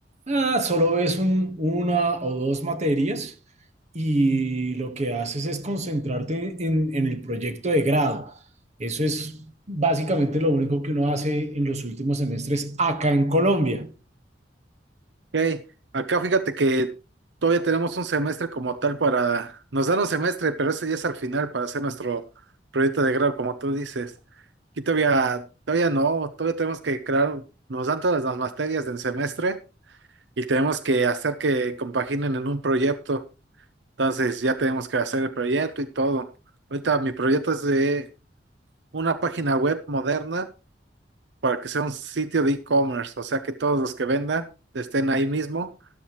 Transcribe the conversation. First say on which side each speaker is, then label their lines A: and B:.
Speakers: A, on the right; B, on the right.
A: ah, solo ves un- una o dos materias y lo que haces es concentrarte en, en el proyecto de grado. Eso es básicamente lo único que uno hace en los últimos semestres acá en Colombia.
B: Ok, Acá fíjate que todavía tenemos un semestre como tal para, nos dan un semestre, pero ese ya es al final para hacer nuestro proyecto de grado, como tú dices. Aquí todavía, todavía no, todavía tenemos que crear, nos dan todas las materias del semestre y tenemos que hacer que compaginen en un proyecto. Entonces ya tenemos que hacer el proyecto y todo. Ahorita mi proyecto es de una página web moderna para que sea un sitio de e-commerce, o sea que todos los que vendan estén ahí mismo